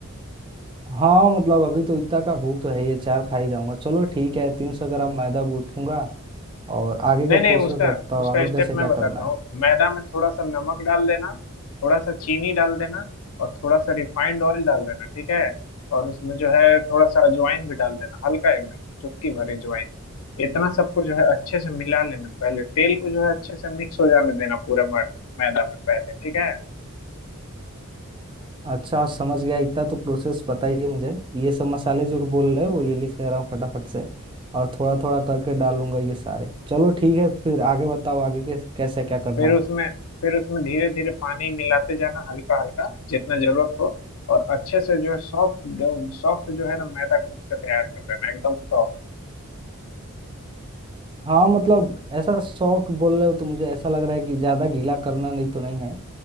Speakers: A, on the right (about 20°); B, on the left (about 75°).
A: हाँ मतलब अभी तो इतना का भूख तो है ये चार खा ही जाऊंगा चलो ठीक है तीन सौ ग्राम मैदा गूंथ लूंगा और आगे
B: नहीं
A: का प्रोसेस
B: नहीं उसका
A: बताओ
B: उसका
A: आगे
B: स्टेप
A: कैसे
B: मैं
A: क्या
B: बताता
A: करना
B: हूँ
A: है
B: मैदा में थोड़ा सा नमक डाल देना थोड़ा सा चीनी डाल देना और थोड़ा सा रिफाइंड ऑयल डाल देना ठीक है और उसमें जो है थोड़ा सा अजवाइन भी डाल देना हल्का एकदम चुटकी भर अजवाइन इतना सबको जो है अच्छे से मिला लेना पहले तेल को जो है अच्छे से मिक्स हो जाने देना पूरा मै- मैदा में पहले ठीक है
A: अच्छा समझ गया इतना तो प्रोसेस बताइए मुझे ये सब मसाले जो बोल रहे हो ये लिख ले रहा हूँ फटाफट से और थोड़ा थोड़ा करके डालूंगा ये सारे चलो ठीक है फिर आगे बताओ आगे कैसे कैसे क्या करना
B: फिर उसमें
A: है
B: फिर उसमें धीरे धीरे पानी मिलाते जाना हल्का हल्का जितना जरूरत हो और अच्छे से जो है सॉफ्ट सॉफ्ट जो है ना मैदा गूंथ के तैयार कर लेना एकदम सॉफ्ट
A: हाँ मतलब ऐसा सॉफ्ट बोल रहे हो तो मुझे ऐसा लग रहा है कि ज्यादा गीला करना नहीं तो नहीं है